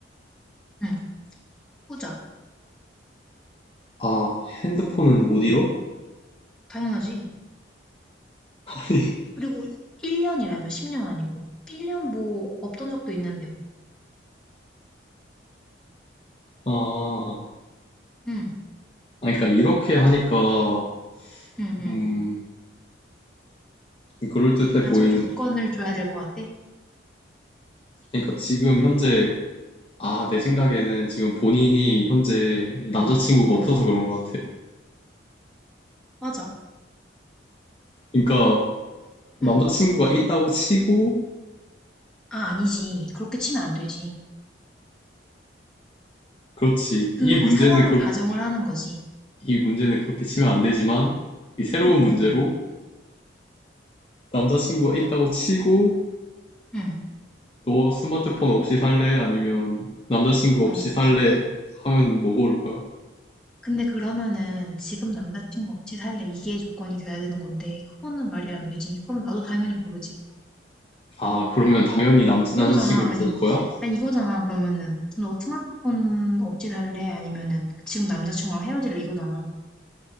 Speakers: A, in the centre; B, on the left.
A: 응. 후자
B: 아, 핸드폰은 못 잃어?
A: 당연하지.
B: <laughs>
A: 그리고 1년이라며 10년 아니고 1년 뭐 없던 적도 있는데 뭐.
B: 아,
A: 응,
B: 아니, 그러니까 이렇게 하니까,
A: 응, 응.
B: 음, 그럴듯해
A: 아,
B: 보이는,
A: 좀 조건을 줘야 될 것 같아?
B: 그러니까 지금 현재, 아, 내 생각에는 지금 본인이 현재 남자친구가
A: 어, 어,
B: 없어서 그런 것 같아.
A: 맞아.
B: 그러니까, 남자친구가
A: 응.
B: 있다고 치고,
A: 아, 아니지. 그렇게 치면 안 되지.
B: 그렇지. 이
A: 그
B: 문제는,
A: 상황을
B: 그,
A: 가정을 하는 거지.
B: 이 문제는 그렇게 치면 안 되지만, 이 새로운
A: 응, 응,
B: 문제로 남자친구가 있다고 치고,
A: 응.
B: 너 스마트폰 없이 살래? 아니면 남자친구 없이
A: 어.
B: 살래? 하면 뭐 고를 거야?
A: 근데 그러면은 지금 남자친구 없이 살래 이게 조건이 돼야 되는 건데 그거는 말이 안 되지. 그럼 나도 당연히 고르지 그거.
B: 아, 그러면 당연히 남, 남자친구를
A: 이거잖아. 아니,
B: 고를 거야?
A: 아니 이거잖아. 그러면은 너 스마트폰 없이 살래? 아니면은 지금 남자친구랑 헤어질래? 이거잖아.